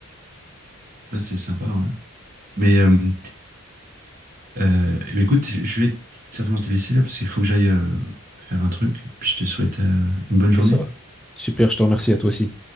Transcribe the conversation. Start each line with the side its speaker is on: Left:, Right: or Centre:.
Right: Ouais, c'est sympa. ouais. Mais euh, euh, eh bien, écoute, je vais certainement te laisser là parce qu'il faut que j'aille euh, faire un truc. Et puis je te souhaite euh, une bonne
Centre: Ok,
Right: journée.
Centre: ça va. Super, je te remercie à toi aussi.